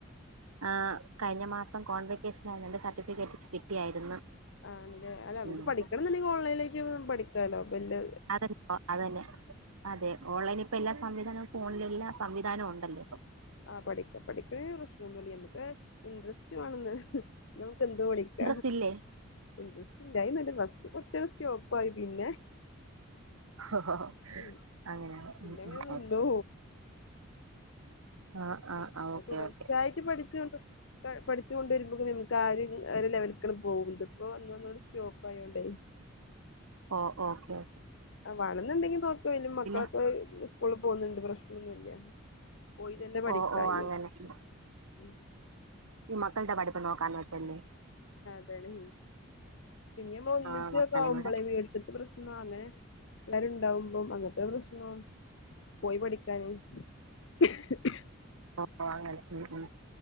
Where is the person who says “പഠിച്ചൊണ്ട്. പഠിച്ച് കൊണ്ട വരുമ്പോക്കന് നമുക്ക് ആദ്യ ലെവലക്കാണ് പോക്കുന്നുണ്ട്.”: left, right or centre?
Left